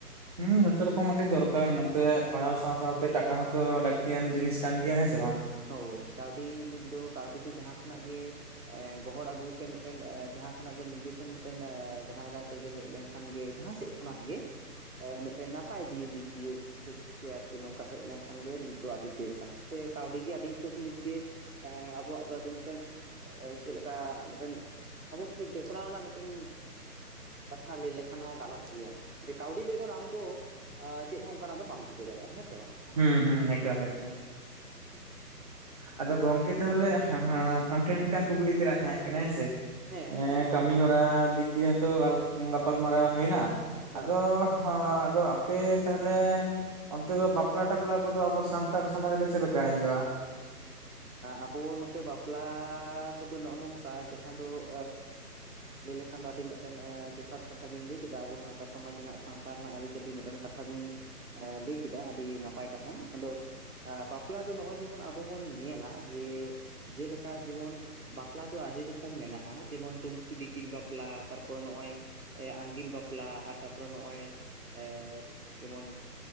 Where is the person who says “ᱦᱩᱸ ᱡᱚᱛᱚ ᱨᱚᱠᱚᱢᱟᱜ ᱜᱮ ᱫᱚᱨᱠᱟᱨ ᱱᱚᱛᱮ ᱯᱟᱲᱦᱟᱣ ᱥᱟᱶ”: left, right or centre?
Right